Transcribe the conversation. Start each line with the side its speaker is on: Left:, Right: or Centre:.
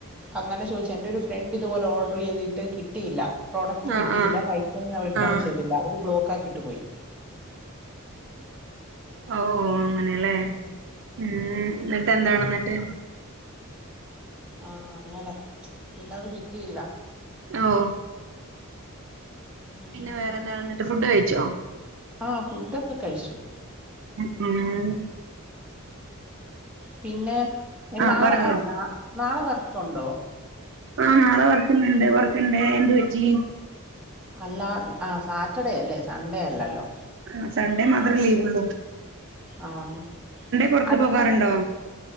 Centre: അങ്ങനെ ചോയിച്ച എന്റെ ഒരു ഫ്രണ്ട് ഇതുപോല ഓഡറ് ചെയ്തിട്ട് കി ട്ടിയില്ല പ്രോഡക്റ്റ്
Right: ആഹ്
Centre: കിട്ടിയില്ല
Right: ആഹ്
Centre: പൈസയും റിട്ടേൺ
Right: ആഹ്
Centre: ചെയ്തില്ല അവര് ബ്ലോക്കാക്കിയിട്ട് പോയി
Right: ഓ ഓ അങ്ങനെയല്ലേ
Centre: ഉം
Right: ഉം എന്നിട്ട് എന്താണ് മറ്റേ
Centre: ആഹ് അങ്ങനെ പിന്നത് കിട്ടിയില്ല
Right: ഓ
Centre: ഉം
Right: പിന്നെ വേറെന്നാ എന്നിട്ട് ഫുഡ്‌ കഴിച്ചോ
Centre: ആഹ് ഫുഡൊക്കെ കഴിച്ചു
Right: ഉം ഉം
Centre: പിന്നെ
Right: ആഹ്
Centre: നാളെ
Right: പറഞ്ഞോളൂ
Centre: ആ നാ നാളെ വർക്ക് ഒണ്ടോ
Right: ആഹ് നാളെ വർക്കിന്നൊണ്ട് വർക്കുണ്ട് എന്ത് പറ്റി
Centre: അല്ലാ ആഹ് സാറ്റർഡേയാലേ സൺഡേ അല്ലല്ലോ
Right: ആഹ് സൺഡേ മാത്രം ലീവൊള്ളൂ
Centre: ആഹ്
Right: പുറത്ത്
Centre: അടുത്ത്‌
Right: പോകാറുണ്ടോ
Centre: തന്ന